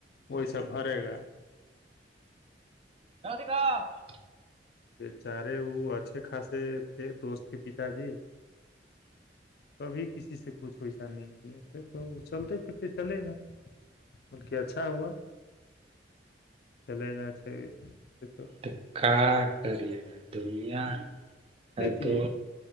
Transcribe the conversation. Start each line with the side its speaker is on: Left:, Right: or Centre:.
Left: وہیسا بھرے گا
Right: راد کا <unintelligible>
Left: بےچارے وہ اچھے خاصے تھے دوست کے پتا جی
Right: <inaudible>
Left: کبھی کسی سے کچھ ویسا نہیں کیے تھے تو چلتے پھرتے چلے گا بلک اچھا ہوا چلے میں اچھا تو
Right: تو کا کریر یگا دنیا ہے
Left: دیکھیے
Right: تو